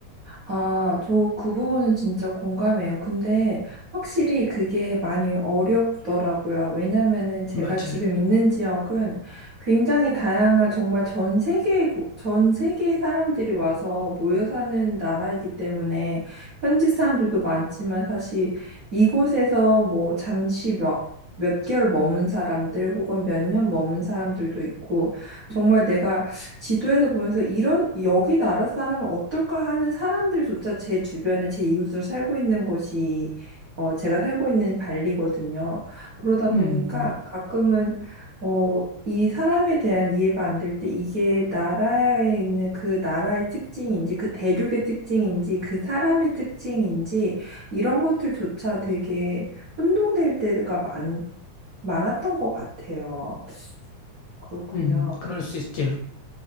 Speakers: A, on the right; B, on the left.
A: 아, 저 그 부분은 진짜 공감해요. 근데 확실히 그게 많이 어렵더라고요. 왜냐면은 제가
B: 맞아요.
A: 지금 있는 지역은 굉장히 다양한 정말 전 세계, 전 세계 사람들이 와서 모여 사는 나라이기 때문에 현지 사람들도 많지만 사실 이곳에서 뭐 잠시 몇, 몇 개월 머문 사람들 혹은 몇 년 머문 사람들도 있고 정말 내가 지도에서 보면서 이런 여기 나라 사람은 어떨까 하는 사람들조차 제 주변에 제 이웃으로 살고 있는 곳이 어, 제가 살고 있는 발리거든요. 그러다
B: 음,
A: 보니까 가끔은 어, 이 사람에 대한 이해가 안 될 때 이게 나라에 있는 그 나라의 특징인지 그 대륙의 특징인지 그 사람의 특징인지 이런 것들조차 되게 혼동될 때가 많, 많았던 것 같아요. 그렇군요.
B: 음, 음, 그럴 수 있죠.